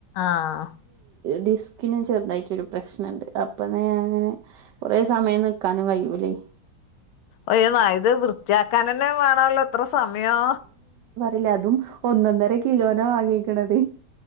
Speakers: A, on the left; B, on the right.
A: ആഹ്
B: ഡിസ്കിനും ചെറുതായിട്ടി ഒരു പ്രശ്നംണ്ട് അപ്പന്ന ഞാൻ ഇങ്ങനെ കുറെ സമയം നീക്കാനും കഴ്യൂല്ലേ
A: ഒയ്വായ് ഇത് വൃത്തിയാക്കാൻ തന്നെ വേണല്ലോ ത്ര സമയോ
B: ഇല്ല അതും ഒന്നൊന്നര കിലോന വാങ്ങിക്കണത്.